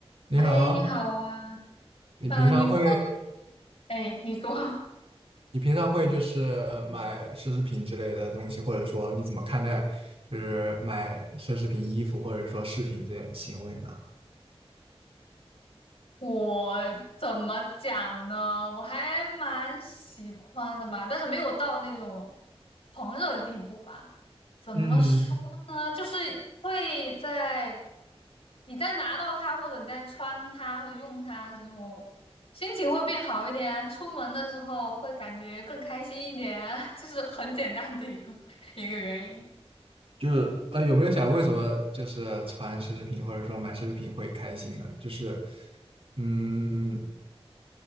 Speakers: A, on the right (about 60°); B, on the left (about 65°).
A: 你好，
B: 哎，你好啊，
A: 你平常会，
B: 呃，你会，哎，你说 <laughs>
A: 你平常会就是买奢侈品之类的东西，或者说你怎么看待就是买奢侈品衣服或者说饰品这些行为呢？
B: 我怎么讲呢？我还蛮喜欢的吧，但是没有到那种狂热的地步吧。怎么说呢？
A: 嗯，
B: 就是会在你在拿到它，或者你在穿它或者用它的时候，心情会变好一点，出门的时候会感觉更开心一点，<laughs> 就是很简单的一个一个原因。
A: 就是呃，有没有想过为什么就是穿奢侈品或者说买奢侈品会开心呢？就是，嗯，